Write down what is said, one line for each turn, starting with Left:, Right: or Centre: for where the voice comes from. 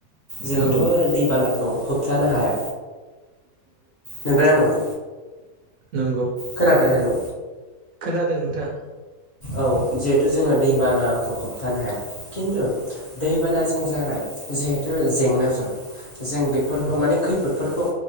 Left: जोंथ'
Right: औ
Left: दैबानाखौ होबथानो हाया नंगौना नङा
Right: नंगौ
Left: खोनादों हेल'
Right: खोनादों नोंथां
Left: औ जिहेथु जोङो दैबानाखौ होबथानो हाया खिन्थु दैबानाजों जानाय- जिहेथु जेंनाफोर जों बेफोरखौ
Right: औ
Left: माने खैफोदफोरखौ